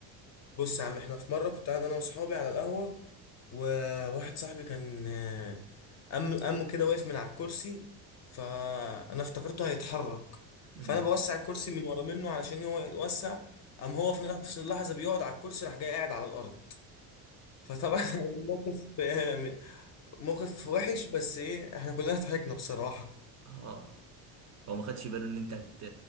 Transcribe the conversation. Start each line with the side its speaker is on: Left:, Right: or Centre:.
Left: بص يا عم احنا في مره كنت قاعد انا واصحابي على القهوه وواحد صاحبي كان آه، أم أمه كده واقف من على الكرسي فانا افتكرته هيتحرك
Right: أمم.
Left: فانا بوسع الكرسي من ورا منه علشان هو يوسع قام هو في نفس اللحظه بيقعد على الكرسي راح جاي قاعد على الارض فطبعا <laughs> الموقف آه، موقف وحش بس ايه احنا كلنا ضحكنا بصراحه
Right: اه هو ما خدش باله ان انت هت...